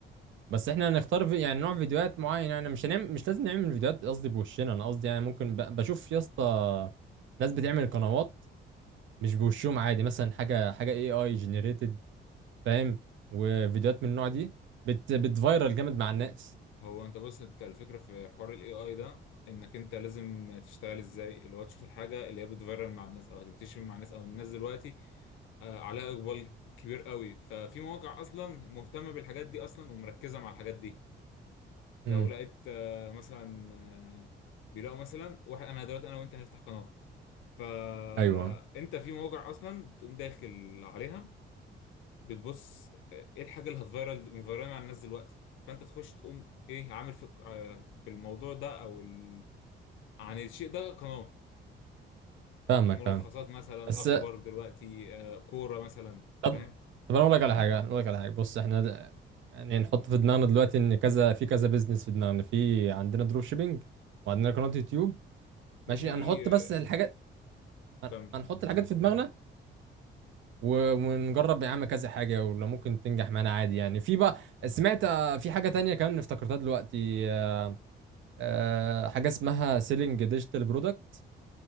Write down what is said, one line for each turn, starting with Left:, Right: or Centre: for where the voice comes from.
Right: بس احنا هنختار في- يعني نوع فيديوهات معين يعني مش هنعمل مش لازم نعمل فيديوهات قصدي بوشنا انا قصدي يعني ممكن ب... بشوف يا اسطى ناس بتعمل قنوات مش بوشهم عادي مثلا حاجه حاجه اي اي جنريتد فاهم وفيديوهات من النوع دي بت بتفايرل جامد مع الناس
Left: هو انت بص انت الفكره في حوار الاي اي ده انك انت لازم تشتغل ازاي اللي هو تشوف الحاجه اللي هي بتفيرل مع الناس او هتنتشر مع الناس او الناس دلوقتي آه، عليها اقبال كبير قوي ففي مواقع اصلا مهتمه بالحاجات دي اصلا ومركزه مع الحاجات دي
Right: امم
Left: لو لقيت آه، مثلا آه، بيلاقوا مثلا واحد انا دلوقتي انا وانت هنفتح قناه فانت
Right: ايوه
Left: في مواقع اصلا بتقوم داخل عليها بتبص آه، ايه الحاجه اللي هتفيرال مفيرال مع الناس دلوقتي فانت تخش تقوم ايه عامل في آه، في الموضوع ده او ال... عن الشيء ده قناه
Right: فاهمك
Left: ملخصات
Right: فاهم
Left: مثلا
Right: بس
Left: اخبار دلوقتي آه، كوره مثلا
Right: طب
Left: فاهم
Right: طب انا اقول لك على حاجه اقول لك على حاجه بص احنا د- يعني نحط في دماغنا دلوقتي ان كذا في كذا بيزنس في دماغنا في عندنا دروب شيبينج وعندنا قناه يوتيوب ماشي
Left: وفي
Right: هنحط
Left: آه،
Right: بس الحاجات هن-
Left: كمل
Right: هنحط الحاجات في دماغنا و- ونجرب يا عم كذا حاجة ولو ممكن تنجح معانا عادي يعني في بقى سمعت آه، في حاجة تانية كمان افتكرتها دلوقتي آه، آه، حاجة اسمها سيلينج ديجيتال برودكت